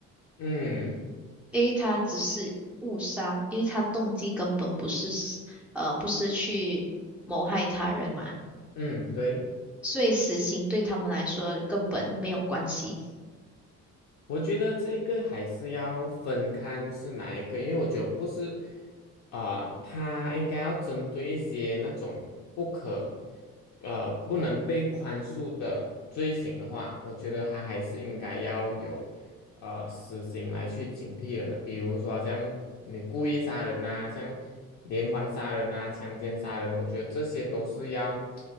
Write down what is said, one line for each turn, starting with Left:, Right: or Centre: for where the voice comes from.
Left: 嗯。
Centre: 因为他只是误杀，因为他动机根本不是死呃不是去谋害他人嘛，
Left: 嗯，对，
Centre: 所以死刑对他们来说根本没有关系。
Left: 我觉得这个还是要分看是哪一个，因为我觉得不是啊、他应该要针对一些那种不可呃不能被宽恕的罪行的话，我觉得他还是应该要有。呃死刑来去警惕人的，比如说像你故意杀人呐、像连环杀人呐、强奸杀人，我觉得这些都是要